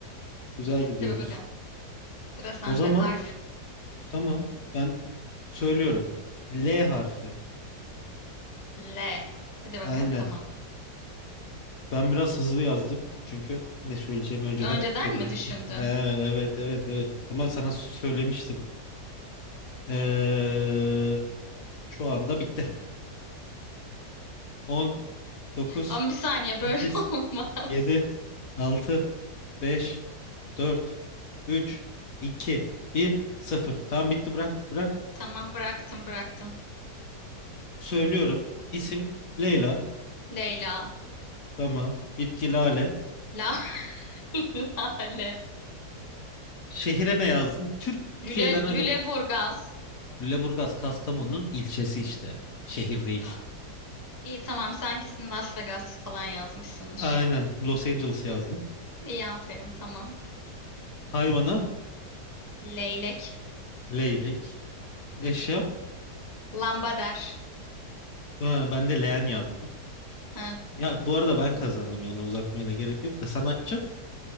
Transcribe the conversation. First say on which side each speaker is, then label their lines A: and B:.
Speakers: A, on the left; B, on the left.
A: Güzel
B: Hadi
A: gidiyoruz.
B: bakalım. Sıra sende.
A: O zaman
B: Harf.
A: tamam. Ben söylüyorum. L harfi.
B: L. Hadi bakalım
A: Aynen.
B: tamam.
A: Ben biraz hızlı yazdım. Çünkü ne söyleyeceğimi önceden
B: Önceden
A: belirlemiştim.
B: mi düşündün?
A: Ee, evet evet evet. Ama sana s- söylemiştim. Ee, şu anda bitti. On dokuz
B: Ama bir saniye böyle
A: sekiz
B: <laughs> olmaz.
A: yedi altı beş dört üç iki bir sıfır Tam bitti bırak. Bırak.
B: Tamam bıraktım bıraktım.
A: Söylüyorum. İsim Leyla.
B: Leyla.
A: Tamam. Bitki Lale.
B: La. <laughs> Lale.
A: Şehire ne yazdın? Türkiye'den
B: Lüle,
A: hadi
B: Lüleburgaz.
A: Lüleburgaz Kastamonu'nun ilçesi işte. Şehir değil.
B: Aa, iyi tamam sen kesin Las Vegas falan yazmışsındır.
A: Aynen. Los Angeles yazdım.
B: İyi aferin tamam.
A: Hayvana
B: Leylek.
A: leylek. Eşya.
B: Lambader.
A: Ha, ben de leğen yazdım.
B: Ha.
A: Ya bu arada ben kazandım yani uzatmaya da gerek yok da sanatçı.